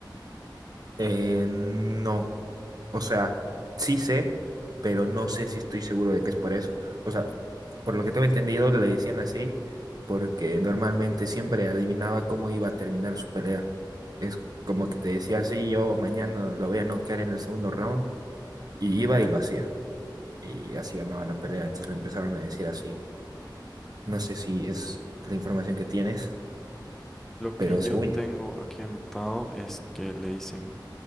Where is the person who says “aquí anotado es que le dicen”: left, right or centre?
Centre